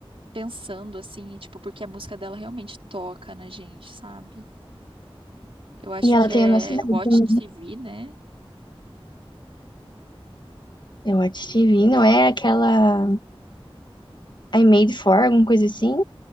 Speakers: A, on the right; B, on the left.
A: pensando assim, tipo, porque a música dela realmente toca na gente, sabe? Eu acho
B: E ela
A: que
B: tem
A: é
B: a nossa idade
A: Watch
B: também.
A: TV, né?
B: Eu acho que vi, não é aquela. I Made For, alguma coisa assim.